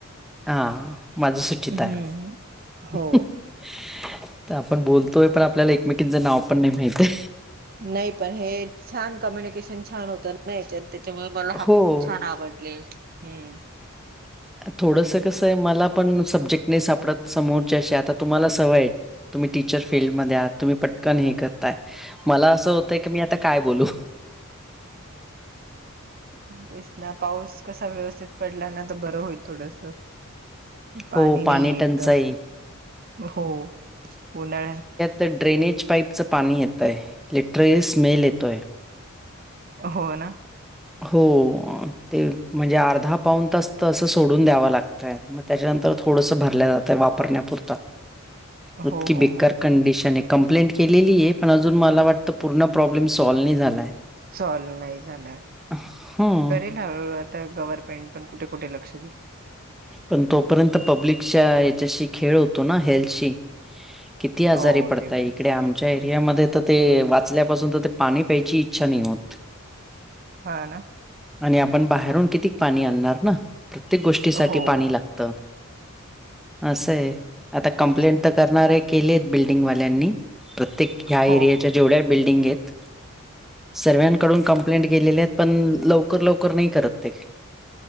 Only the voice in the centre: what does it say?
हा माझं सुचिता
आहे.
तर आपण बोलतोय पण आपल्याला एकमेकीचं नाव पण नाही माहती.
हो.
थोडसं कसं आहे मला पण सब्जेक्टने सापडत समोरचेशी आता तुम्हाला सवय आहे. तुम्ही टीचर फिल्ड मध्ये आ तुम्ही पटकान हे करताय. मला असं होतंय की मी आता काय बोलू.
हो,
टंचाई.
तर ड्रेनेज पाईपचं पाणी येत आहे लिटर स्मेल येतोय.
हो ते म्हणजे अर्धा पाऊन तास तर असं सोडून द्याव लागतं. मग त्याच्यानंतर थोडस भरल्या जातय वापरण्यापुरता. इतकी
बे
कंडिशन आहे कंप्लेंट केलेली आहे पण अजून. मला वाटतं पूर्ण प्रॉब्लेम सॉल्व्ह नाही झाला.
हमाम.
पण तोपर्यंत पब्लिकच्या याच्याशी खेळ होतो ना हेल्थशी. किती
आजारी पडताय
इकडे आम. च्या एरियामध्ये तर ते वाचल्यापासून तर ते पाणी प्यायची इच्छा नाही होत.
आणि आपण बाहेरून किती पाणी आणणार ना. प्रत्येक गोष्टीसाठी
पाणी लागत असंय. आता कंप्लेंट
तर करणार आहे केलीत बिल्डिंगवाल्यांनी. प्रत्येक ह्या एरियाच्या
जेवढ्या बिल्डिंग आहेत सर्व्यांकडून क. ्लेंट गेलेले आहेत पण लवकर लवकर नाही करत ते.